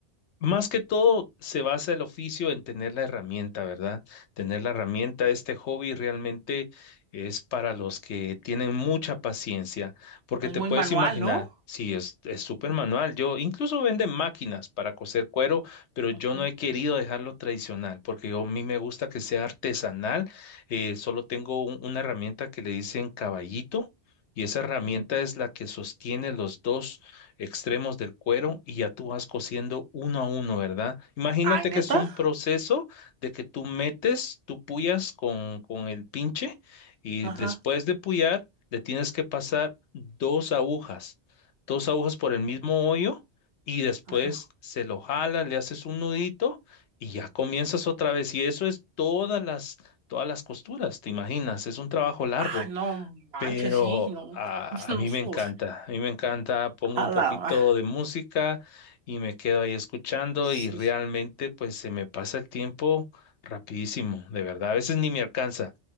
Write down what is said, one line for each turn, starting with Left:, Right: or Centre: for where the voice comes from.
Left: Más que todo, se basa el oficio en tener la herramienta, ¿verdad? Tener la herramienta, este hobby realmente es para los que tienen mucha paciencia, porque
Right: Es
Left: te
Right: muy
Left: puedes
Right: manual,
Left: imaginar,
Right: ¿no?
Left: sí, es, es súper manual. Yo incluso venden máquinas para coser cuero, pero yo
Right: Ujú,
Left: no he querido dejarlo tradicional, porque yo, a mí me gusta que sea artesanal. Eh, solo tengo un- una herramienta que le dicen caballito. Y esa herramienta
Right: ujú.
Left: es la que sostiene los dos extremos del cuero y ya tú vas cosiendo uno a uno, ¿verdad? Imagínate
Right: Ay, neta.
Left: que es un proceso de que tú metes, tú puyas con, con el pinche y
Right: Ajá.
Left: después de puyar le tienes que pasar dos agujas, dos agujas por el mismo hoyo y después
Right: ajá.
Left: se lo jalas, le haces un nudito y ya comienzas otra vez. Y eso es todas las, todas las costuras, ¿te imaginas? Es un trabajo largo
Right: Ay, no manches,
Left: pero
Right: sí, no.
Left: a,
Right: <laughs> no,
Left: a mí me encanta,
Right: o sea,
Left: a mí me encanta, pongo un
Right: A
Left: poquito
Right: la ma-
Left: de música y me quedo ahí escuchando
Right: Sí,
Left: y realmente
Right: sí.
Left: pues se me pasa el tiempo rapidísimo, de verdad, a veces ni me alcanza,